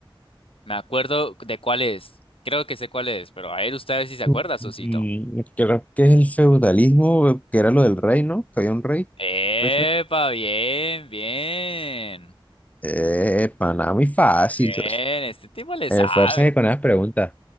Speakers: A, on the left (about 75°); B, on the left (about 15°).
A: me acuerdo de cuál es. Creo que sé cuál es, pero a ver, usted a ver si se acuerda,
B: Mm,
A: Susito.
B: Creo que es el feudalismo, que era lo del rey, ¿no? Que había un rey,
A: Epa,
B: puede ser.
A: bien, bien.
B: Eh, pana, muy fácil,
A: Bien,
B: socio.
A: este tipo le
B: Esfuércese
A: sabe.
B: con las preguntas.